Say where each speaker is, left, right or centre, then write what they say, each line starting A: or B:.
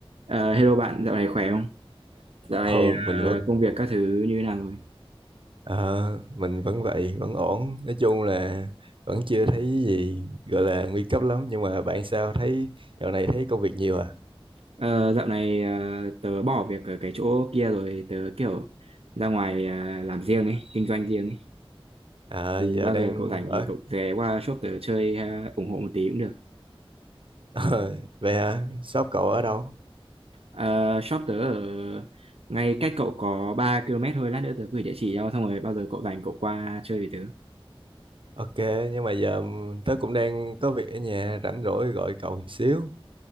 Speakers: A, on the right (about 80°); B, on the right (about 60°).
A: Ờ, hello bạn, dạo này khỏe không? Dạo này
B: Ừ, mình
A: ờ,
B: vẫn
A: công việc các thứ như thế nào rồi?
B: ờ, mình vẫn vậy, vẫn ổn. Nói chung là vẫn chưa thấy cái gì gọi là nguy cấp lắm nhưng mà bạn sao thấy dạo này thấy công việc nhiều à?
A: Ờ, dạo này ờ, tớ bỏ việc ở cái chỗ kia rồi, tớ kiểu ra ngoài ờ, làm riêng ấy, kinh doanh riêng ấy.
B: À
A: Thì
B: giờ
A: bao
B: đang
A: giờ cậu rảnh
B: ở
A: thì cậu ghé qua shop tớ chơi ờ, ủng hộ một tí cũng được.
B: <laughs> ờ, vậy hả? Shop cậu ở đâu?
A: Ờ, shop tớ ở ngay cách cậu có 3 km thôi, lát nữa tớ gửi địa chỉ cho, xong rồi bao giờ cậu rảnh cậu qua chơi với tớ.
B: Ok, nhưng mà giờ tớ cũng đang có việc ở nhà rảnh rỗi gọi cậu xíu.